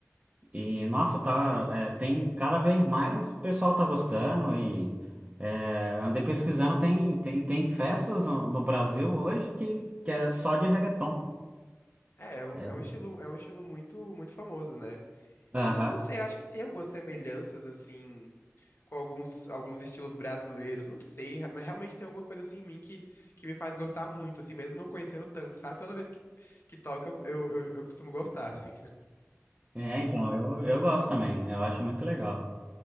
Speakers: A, on the right; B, on the left.
A: E, nossa, tá, é, tem cada vez mais o pessoal tá gostando e é, andei pesquisando, tem, tem, tem festas no, no Brasil hoje que, que é só de reggaeton.
B: É, é um,
A: É,
B: é um estilo, é um estilo muito, muito famoso, né?
A: aham.
B: E não sei, eu acho que tem algumas semelhanças, assim com alguns, alguns estilos brasileiros. Não sei, mas realmente tem alguma coisa assim em mim que, que me faz gostar muito, assim, mesmo não conhecendo tanto, sabe? Toda vez que, que toca, eu, eu, eu, eu costumo gostar, assim. <laughs>
A: É, então, eu, eu gosto também, eu acho muito legal.